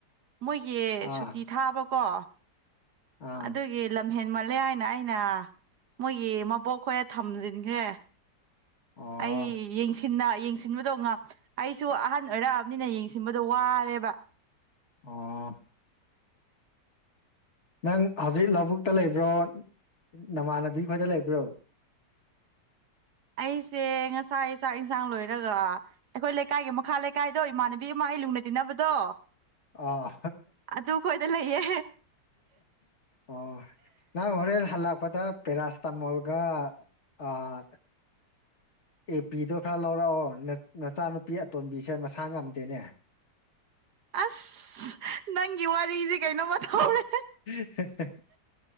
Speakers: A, on the right (about 70°); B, on the left (about 45°).
A: ꯃꯣꯏꯒꯤ
B: ꯑꯥ
A: ꯁꯨꯇꯤ ꯊꯥꯕꯀꯣ
B: ꯑꯥ
A: ꯑꯗꯨꯒꯤ ꯂꯝꯍꯦꯟꯃꯜꯂꯦ ꯍꯥꯏꯅ ꯑꯩꯅ ꯃꯣꯏꯒꯤ ꯃꯕꯣꯛꯈꯣꯏꯗ ꯊꯝꯖꯤꯟꯈ꯭ꯔꯦ
B: ꯑꯣ
A: ꯑꯩ ꯌꯦꯡꯁꯤ <unintelligible> ꯌꯦꯡꯁꯤꯟꯕꯗꯣ ꯉꯝ ꯑꯩꯁꯨ ꯑꯍꯟ ꯑꯣꯏꯔꯛꯑꯕꯅꯤꯅ ꯌꯦꯡꯁꯤꯟꯕꯗꯣ ꯋꯥꯔꯦꯕ
B: ꯑꯣ ꯅꯪ ꯍꯧꯖꯤꯛ ꯂꯧꯕꯨꯛꯇ ꯂꯩꯕ꯭ꯔꯣ ꯅꯃꯥꯟꯅꯕꯤ ꯈꯣꯏꯗ ꯂꯩꯕ꯭ꯔꯣ
A: ꯑꯩꯁꯦ ꯉꯁꯥꯏ ꯆꯥꯛ ꯏꯟꯁꯥꯡ ꯂꯣꯏꯔꯒ ꯑꯩꯈꯣꯏ ꯂꯩꯀꯥꯏꯒꯤ ꯃꯈꯥ ꯂꯩꯀꯥꯏꯗꯣ ꯏꯃꯥꯟꯅꯕꯤ ꯑꯃ ꯑꯩ ꯂꯨꯅ ꯇꯤꯟꯅꯕꯗꯣ
B: ꯑꯥ
A: ꯑꯗꯨꯈꯣꯏꯗ ꯂꯩꯌꯦ
B: ꯑꯣ ꯅꯪ ꯍꯣꯔꯦꯟ ꯍꯜꯂꯛꯄꯗ ꯄꯦꯔꯥꯁꯤꯇꯃꯣꯟꯒ ꯑꯥ ꯑꯦ ꯄꯤꯗꯣ ꯈꯔ ꯂꯧꯔꯛꯑꯣ ꯅ ꯅꯆꯥꯅꯨꯄꯤ ꯑꯇꯣꯝꯕꯤꯁꯦ ꯃꯁꯥ ꯉꯝꯗꯦꯅꯦ
A: ꯑꯁ ꯅꯪꯒꯤ ꯋꯥꯔꯤꯖꯦ ꯀꯩꯅꯣꯝꯃ
B: <unintelligible>
A: ꯇꯧꯔꯦ